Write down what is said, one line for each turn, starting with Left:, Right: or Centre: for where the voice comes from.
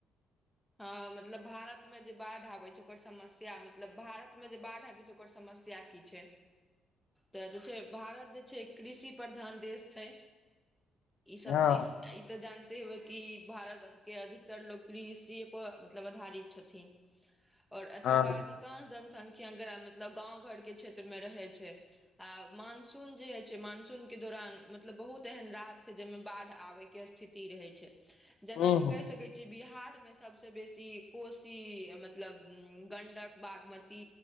Centre: हँ मतलब भारत में जे बाढ़ आबय छै ओकर समस्या मतलब भारत में जे बाढ़ आबै छै ओकर समस्या की छै
Left: <inaudible>
Centre: तऽ जे छै भारत जे छै कृषि प्रधान देश छै इ सब
Left: हँ
Centre: इ ई तऽ जानते हेवय कि भारत के अधिकतर लोग कृषि प मतलब आधारित छथिन आओर एतकाधिक
Left: हँ
Centre: कांश जनसंख्या मतलब गाँव घरके क्षेत्र मे रहै छै आ मानसून जे हय छै मानसून के दौरान मतलब बहुत एहेन राज छै जेमें बाढ़ आबय के स्थिति रहै छै जेनाकि
Left: हूँ हूँ
Centre: कहि सकै छियै बिहार में से सभसँ बेसी कोशी मतलब गण्डक बागमती